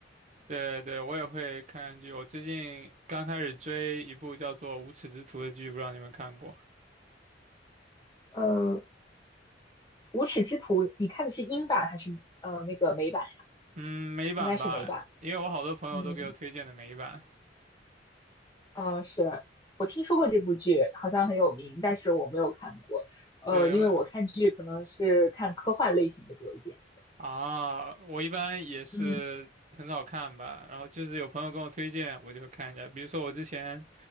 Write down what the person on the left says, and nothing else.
呃，《无耻之徒》，你看的是英版还是呃那个美版？
应该是美版。
嗯，呃，是我听说过这部剧，好像很有名，但是我没有看过。呃，
因为我看剧可能是看科幻类型的多一点。
嗯。